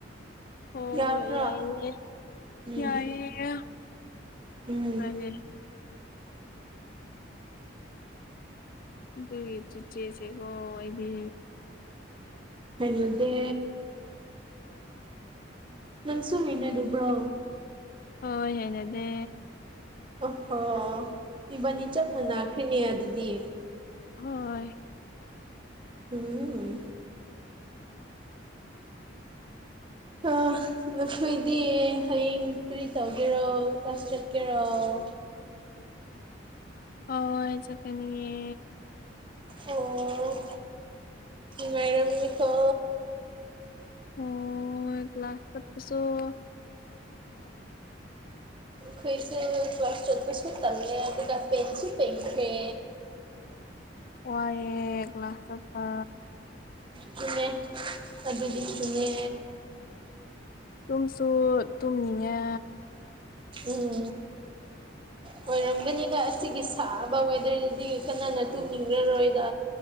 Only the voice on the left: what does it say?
ꯑꯣ
ꯌꯥꯏꯌꯦ
ꯌꯥꯏꯌꯦ
ꯇꯥꯢꯌꯦ <inaudible> ꯑꯗꯨꯒꯤ ꯆꯤꯆꯦꯁꯤꯀꯣ ꯑꯩꯗꯤ
ꯍ ꯍꯩꯅꯗꯦ
ꯍꯣꯏ
ꯍ ꯆꯠꯀꯅꯤꯌꯦ
ꯑꯣ ꯀ꯭ꯂꯥꯁꯥꯁꯁꯨꯣ
ꯋꯥꯌꯦ ꯀ꯭ꯂꯥꯁ ꯆꯠꯄ
ꯇꯨꯝꯁꯨ ꯇꯨꯝꯅꯤꯡꯉꯦ